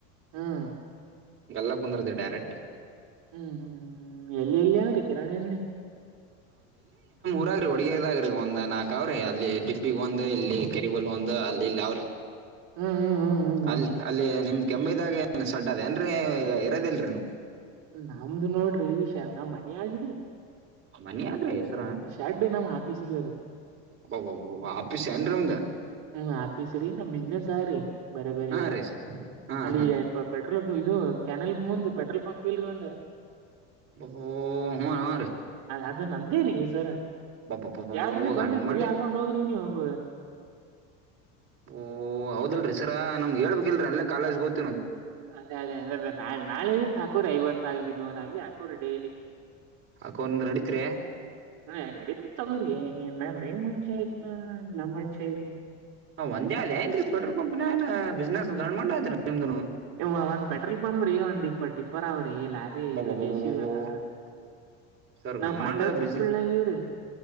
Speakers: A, on the right; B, on the right.
A: ಹ್ಮ್
B: ಗಲ್ಲಾ ಕುಂದರ್ದ ಡೈರೆಕ್ಟ್.
A: ಹ್ಮ್ ಹ್ಮ್ ಹ್ಮ್ ಎಲ್ಲಿ ಎಲ್ಲಿ ಯವ್ರಿ ಕಿರಾಣಿ ಅಂಗಡಿ.
B: ಅದಾವ್ರಿ ಒಡಗದಾಗ್ರಿ ಒಂದ್ ನಾಕ್ ಅವ್ರಿ ಅಲ್ಲಿ ಡಿಬ್ಬಿಗ್ ಒಂದು ಇಲ್ಲಿ ಕೆರಿಬಲ್ ಒಂದು ಅಲ್ಲಿ ಇಲ್ಲಿ ಅವ್ರಿ.
A: ಹ್ಮ್ ಹ್ಮ್ ಹ್ಮ್ ಹ್ಮ್ ಹ್ಮ್
B: ಅಲ್ಲಿ ಅಲ್ಲಿ ನಿಮ್ ಕೆಂಬೇದಾಗ ಸಡ್ ಅದ ಏನ್ರರಿ ಇರೋದಿಲ್ರರಿ ನೀವ
A: ನಮ್ದು ನೋಡ್ರಿ ಶಾನ್ ನಮ್ ಮನೆ ಆದ್ರಿ.
B: ಮನೆ ಆದ್ರೆ ಸರ
A: ಶೆಡ್ ನಮ್ ಆಫೀಸ್ ರೀ ಅದು
B: ಅಬ್ಬಬ್ಬಬ್ಬ ಶಾಂಡ್ರುಂಡ
A: ಹ್ಮ್ ಆಫೀಸ್ ರೀ ನಮ್ ಬಿಸ್ನೆಸ್ ಆವ ರಿ. ಬರ ಬರ
B: ಹಾ
A: ಬರ
B: ರೀ ಸರ್ ಹಾ
A: ಅಲ್ಲಿ
B: ಹಾ
A: ಪೆಟ್ರೋಲ್ ಇದು ಕ್ಯಾನಲ್ ಮುಂದ ಪೆಟ್ರೋಲ್ ಪಂಪ್ ಇಲ್ಲರಿ ಒಂದ
B: ಓಹೋ ಹೂ ಹಾ ರೀ.
A: ಅದು ನಮ್ದೇ ರೀ ಸರ
B: ಅಬ್ಬಬ್ಬಬ್ಬಬ್ಬ
A: ಯಾಗರ ಬಂದ್ರ
B: ಗಂಡ್
A: ಫ್ರೀ
B: ಮಂಡಿ
A: ಹಾಕೊಂಡ್ ಹೋಗ್ರಿ ನೀ ಹೋಗ
B: ಓ ಹೌದಲ್ರಿ ಸರಾ ನಮ್ಗೆ ಹೇಳ್ಬೇಕಲ್ರಿ ಅಲ್ಲೇ ಕಾಲೇಜ್ ಹೋಗ್ತಾ
A: ಅದೇ ಅದೇ ಅದೇ ಬೇಕಾ ನಾಳ ನಾಳೆಂತ ಹಾಕೋರ ಐವತ್ತಾಗ್ಲಿ ನೂರ ಆಗ್ಲಿ ಹಾಕೋರಿ ಡೈಲಿ.
B: ಹಾಕೊಂಡ್ರ ನಡಿತ್ರ್ಯ?
A: ಹ ನಡೀತದ ತಗೋರಿ ಇನ್ನ ನಿಮ್ ಮೇನ್ ಮನುಷ್ಯ ಇದ್ದ ಇ ನಮ್ ಮನುಷ್ಯ ಇ್ರರಿ.
B: ಹ ಒಂದೇ ಆದ ಏನ್ರಿ ಪೆಟ್ರೋಲ್ ಪಂಪ್ನನನ್ನಾ ಬಿಸ್ನೆಸ್ ಗ್ಮಂಡ ಅದ್ರಿ ನಿಮ್ದನು.
A: ಏ ಒಂದ್ ಪೆಟ್ರೋಲ್ ಪಂಪ್ ರೀ ಒಂದ್ ಇಪ್ಪತ್ತ ಟಿಪ್ಪರ್ ಅವರಿ. ಏ ಲಾರಿ ಇದು
B: ಅಬ್ಬಬ್ಬಬ್ಬಬ್ಬಬ್ಬ
A: ಜೆಸಿಬಿ ಆದ.
B: ಸರ್
A: ನಾವು
B: ಗಂಡ್ಮಂಡ
A: ಕಾಂಟ್ರಾಕ್ಟರ್
B: ಬಿಸ್ನೆಸ್
A: ಫೀಲ್ಡ್ನ್ಯಾಗ ಇವ್ರಿ.